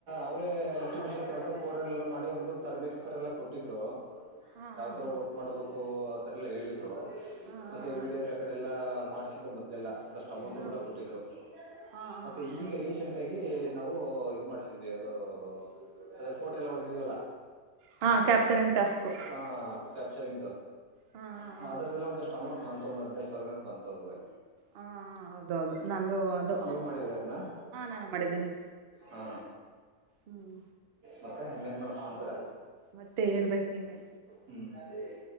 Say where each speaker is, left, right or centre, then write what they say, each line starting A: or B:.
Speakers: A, on the right (about 85°); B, on the right (about 60°).
A: ಅವರೇ ಇಂಟಿಮೇಷನ್ ಕರೆದು ಫೋನ್ ಎಲ್ಲ ಮಾಡಿ ಒಂದು ತರಬೇತಿ ತರ ಎಲ್ಲ ಕೊಟ್ಟಿದ್ರು
B: ಹಾ
A: ಯಾವತರ
B: ಹಾ
A: ವರ್ಕ್ ಮಾಡಬೇಕು ಆಥರ ಎಲ್ಲ ಹೇಳಿದ್ರು
B: ಹಾ
A: ಮತ್ತೆ
B: ಹಾ
A: ವಿಡಿಯೋರ್ ಯ ಕಡೆ ಎಲ್ಲ ಮಾಡ್ಸಿದ್ರು ಮೊದ್ಲೆಲ್ಲಾ ಒಂದಷ್ಟು ಅಮೌಂಟು
B: ಹಾ
A: ಕೂಡ ಕೊಟ್ಟಿದ್ದರು
B: ಹಾ ಹಾ ಹಾ
A: ಮತ್ತು
B: ಹಾ
A: ಈಗ ರೀಸೆಂಟ್ ಆಗಿ ನಾವು ಇ ಮಾಡ್ಸಿದ್ವಿ ಅದು ಅದೇ ಫೋಟೋ ಎಲ್ಲ ಹೊಡೆದಿದ್ವಲ್ಲ
B: ಹಾ ಹಾ ಕ್ಯಾಪ್ಚರಿಂಗ್ ಟಾಸ್ಕು
A: ಹಾ ಸರಿಂಗ
B: ಹಾ ಹಾ
A: ಸ ಅದರದೆಲ್ಲ ಒಂದಷ್ಟು ಅಮೌಂಟ್ ಬಂತ ಒಂದಂದು ಹದಿನೈದು ಸಾವಿರ ಗಂಟೆ ಬಂತದವೆ
B: ಹಾ ಹೌದೌದು ನಂದು ಅದು
A: ನೀವು ಮಾಡಿದ್ರಿ ಅದನ್ನ
B: ನಾನು ಮಾಡಿದ್ದೀನಿ
A: ಹಾ
B: ಹ್ಮ್
A: ಮತ್ತೆ ಹಿಂದೇನ್ ಮಾಡಕ್ಂತಾರ
B: ಮತ್ತೆ ಹೇಳ್ಬೇಕ್ ನೀವೇ
A: ಹ್ಮ್ ಅದೇ